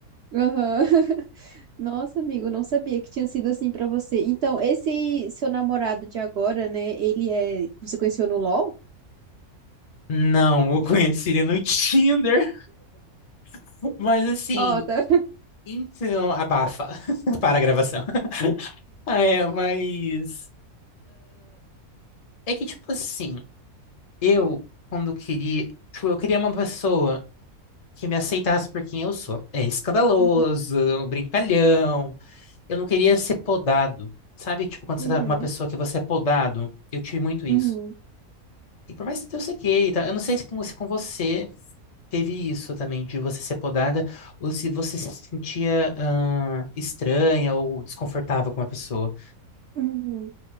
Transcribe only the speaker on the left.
Não, eu conheci ele no Tinder. <laughs> Mas assim,
então, abafa. <laughs> Para a gravação. Ah, É, mas. É que, tipo assim, eu, quando queria. Tipo, eu queria uma pessoa que me aceitasse por quem eu sou. É escandaloso,
brincalhão. Eu não queria ser podado. Sabe, tipo, quando
você tá com uma pessoa que você é podado? Eu tive muito isso.
E por mais que eu sei que, tá? Eu não sei se com, se com você teve isso também, de você ser podada, ou se você se sentia ah, estranha ou desconfortável com uma pessoa.